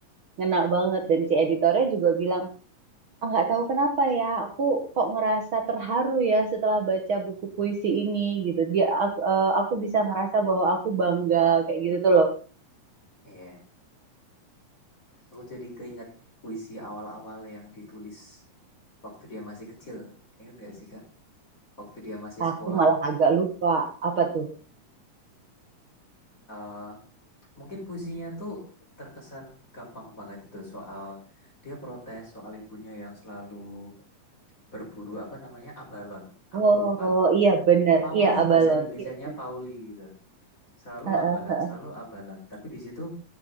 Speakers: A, on the right; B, on the left.
A: ngena banget dan si editornya juga bilang Ah, nggak tahu kenapa ya aku kok ngerasa terharu ya setelah baca buku puisi ini gitu dia aku, eh, aku bisa ngerasa bahwa aku bangga kayak gitu tuh loh
B: Iya, aku jadi keinget puisi awal-awal yang ditulis waktu dia masih kecil. Ingat gak sih, Kak? Waktu dia masih
A: Ah,
B: sekolah,
A: aku malah agak lupa apa tuh
B: eh mungkin puisinya tuh terkesan gampang banget itu soal dia protes soal ibunya yang selalu berburu apa namanya abalon. Aku
A: oh
B: lupa.
A: iya bener
B: Pauli
A: iya abalon
B: bahasa Indonesianya
A: iya bener
B: Pauli gitu. Selalu
A: Heeh,
B: abalon,
A: heeh.
B: selalu abalon. Tapi di situ